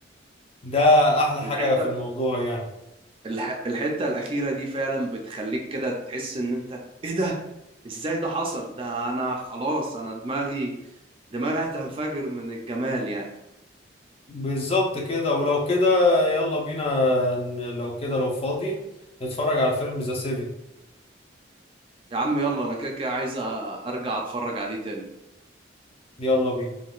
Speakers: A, on the left; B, on the right.
A: ده احلى
B: الحتة
A: حاجه في الموضوع يعني
B: الح- الحتة الأخيرة دي فعلا بتخليك كده تحس إن أنت إيه ده إزاي ده حصل ده أنا خلاص أنا دماغي دماغي هتنفجر من الجمال يعني
A: بالظبط كده ولو كده يلا بينا ن- لو كده لو فاضي نتفرج على فيلم ذا سيفن
B: يا عم يلا أنا كده كده عايز أ- أرجع أتفرج عليه تاني
A: يلا بينا